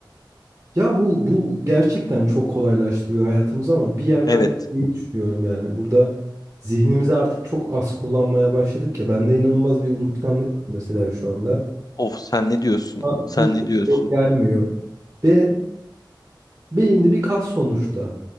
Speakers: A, on the right; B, on the left.
A: Ya bu bu gerçekten çok kolaylaştırıyor hayatımızı ama bir yerden
B: Evet.
A: iyi düşünüyorum yani. Burada zihnimizi artık çok az kullanmaya başladık ya. Bende inanılmaz bir unutkanlık var mesela şu anda.
B: Of sen ne diyorsun?
A: Ama
B: Sen
A: Hiç
B: ne diyorsun?
A: şey gelmiyor. Ve Beyinde bir kas sonuçta.